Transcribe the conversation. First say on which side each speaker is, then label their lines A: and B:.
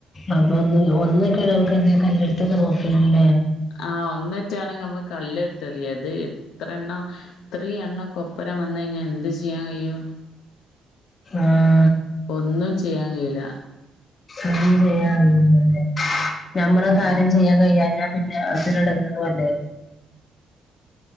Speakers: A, on the left (about 40°); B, on the left (about 85°).
A: അപ്പൊ ഒന്ന് ഒന്നൊക്കെണ് ഞമക്ക് എന്തേലു കല്ല്ട്ത്തൊക്കെ നോക്കെനും ല്ലേ
B: ആഹ് ഒന്നറ്റാണെങ്ക് നമ്മക് കല്ല്ട്ത്. തെറിയഇതേയ് ഇത്ര എണ്ണം ഇത്രിംഎ ണ്ണോക്കെ കൊപ്പര വന്ന്. വന്നഴിഞ്ഞ എന്ത് ചെയ്യാൻ കയ്യും.
A: ആഹ്
B: ഒന്നും ചെയ്യാൻ കഴിയില്ല.
A: ഒന്നും ചെയ്യാൻ കയില ഞമ്മളെ
B: ആഹ്
A: കാര്യം ചെയ്യാൻ കഴിയാഞ്ഞാ. വല്ലാത്തൊരു എടങ്ങേറു അല്ലേ.